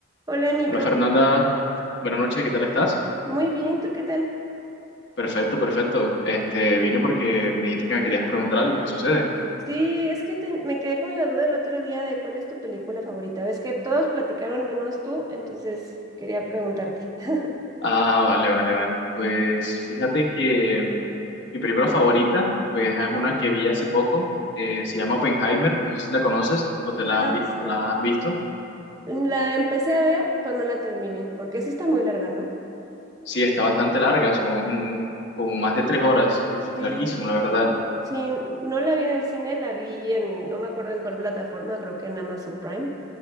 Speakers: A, on the right; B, on the left.
A: Hola Nico,
B: Hola Fernanda, buenas noches, ¿qué tal estás?
A: muy bien, ¿tú qué tal?
B: Perfecto, perfecto. Este, vine porque me dijiste que me querías preguntar algo, ¿qué sucede?
A: Sí, es que te- me quedé con la duda el otro día de cuál es tu película favorita. Ves que todos platicaron menos tú, entonces quería preguntarte. <laughs>
B: Ah, vale, vale, vale. Pues fíjate que mi película favorita, pues es una que vi hace poco, eh, se llama Oppenheimer, no sé si la conoces o te la,
A: Ah,
B: habrí-
A: sí.
B: o te la has visto.
A: La empecé a ver, pero no la terminé, porque sí está muy larga, ¿no?
B: Sí, está bastante larga, son como más de tres horas, uf,
A: Sí,
B: larguísimo, la verdad.
A: sí, no la vi en el cine, la vi en, no me acuerdo en cuál plataforma, creo que en Amazon Prime,